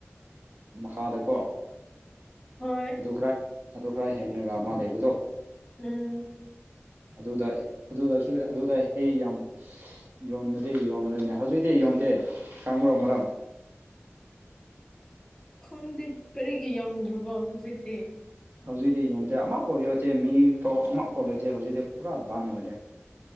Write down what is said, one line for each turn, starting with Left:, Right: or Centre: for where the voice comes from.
Right: ꯃꯈꯥꯗꯀꯣ
Centre: ꯍꯣꯏ
Right: ꯑꯗꯨ ꯈꯔ ꯑꯗꯨ ꯈꯔ ꯍꯦꯟꯅꯒ ꯑꯃ ꯂꯩꯕꯗꯣ
Centre: ꯎꯝ
Right: ꯑꯗꯨꯗ ꯑꯗꯨꯗꯁꯨ ꯑꯗꯨꯗ ꯍꯦꯛ ꯌꯥꯝ ꯌꯣꯟꯕꯗꯤ ꯌꯣꯟꯂꯅꯦ ꯍꯧꯖꯤꯛꯇꯛꯇꯤ ꯌꯣꯟꯗꯦ ꯈꯪꯕ꯭ꯔꯣ ꯃꯔꯝ
Centre: ꯈꯪꯗꯦ ꯀꯔꯤꯒꯤ ꯌꯧꯗ꯭ꯔꯕꯣ ꯍꯧꯖꯤꯛꯇꯤ
Right: ꯍꯧꯖꯤꯛꯇꯤ ꯌꯣꯟꯗꯦ ꯑꯃꯐꯥꯎ ꯌꯣꯁꯦ ꯃꯤꯐꯥꯎ ꯑꯃꯐꯥꯎ ꯂꯩꯁꯦ ꯍꯧꯖꯤꯛꯇꯤ ꯄꯨꯔꯥ ꯕꯟ ꯑꯣꯏꯔꯦ